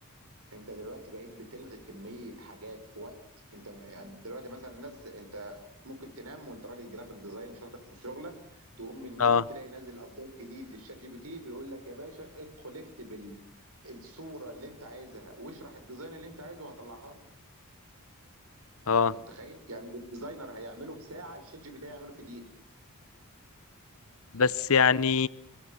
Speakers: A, on the right (about 75°); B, on the left (about 65°).
A: انت دلوقتي بقيت بتلغي كميه حاجات في وقت انت م- يعني دلوقتي مثلا الناس انت ممكن تنام وانت راجل جرافيك ديزاين شاطر في شغلك تقوم من النوم
B: اه
A: تلاقي نازل ابديت جديد للشات جي بي تي بيقول لك يا باشا ادخل اكتب ال- الصوره اللي انت عايزها واشرح الديزاين اللي انت عايزه وهطلعها لك
B: اه
A: انت متخيل يعني الديزاينر هيعمله في ساعه الشات جي بي تي هيعمله في دقيقه
B: بس يعني